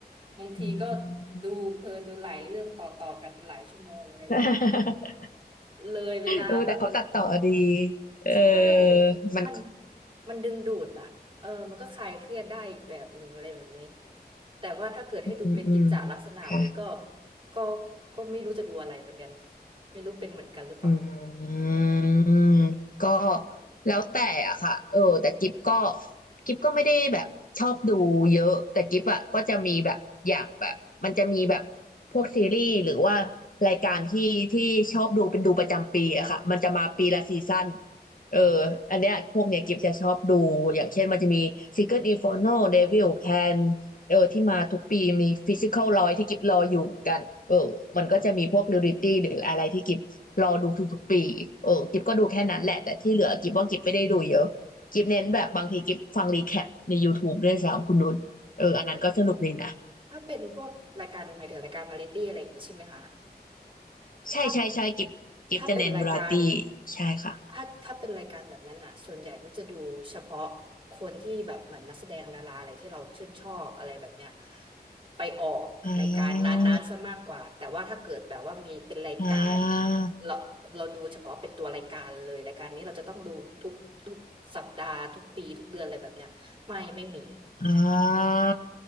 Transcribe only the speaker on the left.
อืม
<laughs>
เออแต่เขาตัดต่อดีเออ
มัน
อืมอืมค่ะ
อืมก็แล้วแต่อะค่ะเออแต่กิฟก็กิฟก็ไม่ได้แบบชอบดูเยอะแต่กิฟอะก็จะมีแบบอย่างแบบมันจะมีแบบพวกซีรีส์หรือว่ารายการที่ที่ชอบดูเป็นดูประจำปีอะค่ะมันจะมาปีละซีซั่นเออ
อันเนี้ยพวกเนี้ยกิฟจะชอบดูอย่างเช่นมันจะมี Secret Inferno Devil Pan เออที่มาทุกปีมีฟิสิค a ลรอยที่กิฟรออยู่เหมือนกันเออมันก็จะมีพวกดิวริตี้หรืออะไรที่กิฟรอดูทุกๆปีเออกิฟก็ดูแค่นั้นแหละแต่ที่เหลือกิฟว่ากิฟไม่ได้ดูเยอะกิฟเน้นแบบบางทีกิฟฟังรีแคปใน
YouTube ด้วยซ้ำคุณนุชเอออันนั้นก็สนุกดีนะ
ใช่ใช่ใช่กิฟกิฟจะเน้นวาไรตี้
ใช่ค่ะ
อ่าอ่า
อ่า